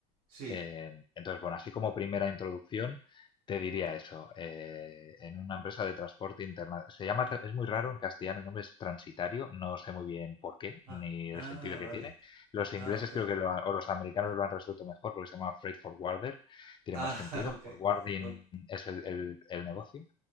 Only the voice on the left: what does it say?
Eh, entonces, bueno, así como primera introducción, te diría eso. eh, en una empresa de transporte internacional, se llama, tra- es muy raro en castellano, el nombre es transitario, no sé muy bien por qué,
ni el
sentido que
tiene. Los ingleses
creo que lo han- o los americanos lo han resuelto mejor porque se llama freight forwarder, tiene
más sentido.
Forwarding
es el el- el negocio.